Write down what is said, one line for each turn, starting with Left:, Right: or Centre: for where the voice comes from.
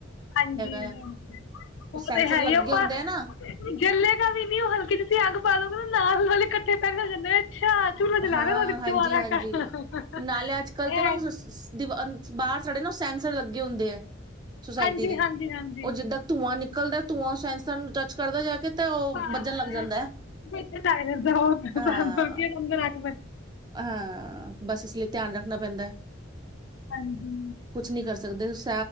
Left: ਹਾਂਜੀ
Right: ਹੈ
Left: ਹ
Right: ਸੈਂਸਰ
Left: ਉਹ ਤੇ ਹੈ
Right: ਲੱਗੇ
Left: ਹੀ ਆਪ
Right: ਹੁੰਦੇ
Left: ਆਪਾਂ
Right: ਆ ਨਾ
Left: ਜੱਲੇਗਾ ਵੀ ਨੀ ਉਹ ਹਲਕੀ ਤੁਸੀਂ ਅੱਗ ਪਾਾਲਓਗੇ ਨਾ ਵਾਲੇ ਇਕੱਠੇ ਪਹਿਦਾ ਜਾਂਦੇ ਅੱਛਾ ਚੁੱਲ੍ਹਾ ਜਲਾ
Right: ਹਾਂ
Left: ਰਹੇ ਤੁਹਾਡੇ
Right: ਹਾਂਜੀ
Left: ਦੁਬਾਰਾ
Right: ਹਾਂਜੀ
Left: ਕਰ
Right: ਨਾਲੇ ਅੱਜ ਕੱਲ੍ਹ
Left: ਇਹ
Right: ਤੇ ਨਾ ਦੀਵ ਬਾਹਰ ਸਾਡੇ ਨਾ ਸੈਂਸਰ ਲੱਗੇ ਹੁੰਦੇ ਹੈ। ਸੁਸਾਇਟੀ
Left: ਹਾਂਜੀ
Right: ਦੇ
Left: ਹਾਂਜੀ ਹਾਂਜੀ
Right: ਉਹ ਜਿੱਦਾਂ ਧੂੰਆਂ ਨਿਕਲ ਨਿਕਲਦਾ ਧੂੰਆਂ ਸਾਇੰਸਰ ਨੂੰ ਟੱਚ ਕਰਦਾ ਜਾ ਕੇ
Left: <unintelligible>
Right: ਤਾਂ ਉਹ ਵੱਜਣ ਲੱਗ ਜਾਂਦਾ ਹੈ ਹਾਂ ਹਾਂ ਬਸ ਇਸ ਲਈ ਧਿਆਨ ਰੱਖਣਾ ਪੈਂਦਾ
Left: ਹਾਂਜੀ
Right: ਕੁਛ ਨੀ ਕਰ ਸਕਦੇ ਸ